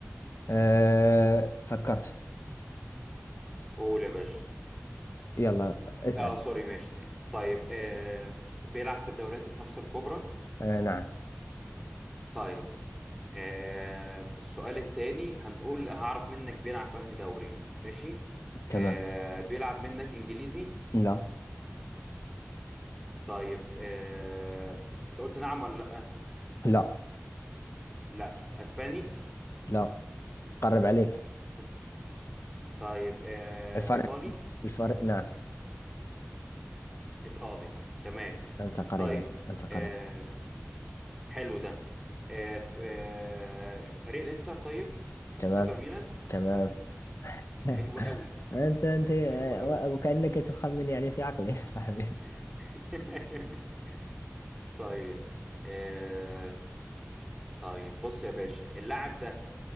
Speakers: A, on the left; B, in the centre.
A: أه فكرت
B: قول يا باشا
A: يلا اسأل
B: اه سوري ماشي طيب آه بيلعب في الدوريات الخمسة الكبرى
A: أه نعم
B: طيب آه السؤال التاني هنقول هعرف منك بيلعب في انهي دوري ماشي
A: تمام
B: آه بيلعب منك انجليزي
A: لا
B: طيب آه... انت قلت نعم ولا لا
A: لا
B: لا اسباني
A: لا قرب عليك
B: ط- طيب آه...
A: الفرق
B: ايطالي
A: الفرق نعم
B: ايطالي تمام
A: أنت قريب
B: طيب
A: أنت, أنت قريب
B: آه... حلو ده آه... ف... آه... فريق الانتر طيب
A: تمام
B: انتر ميلان
A: تمام <laughs>
B: حلو قوي
A: أنت أنت آه،
B: حلو قوي
A: وكأنك تخمن يعني في عقلي <laughs> يا صاحبي
B: <laughs> طيب آه... طيب بص يا باشا اللاعب ده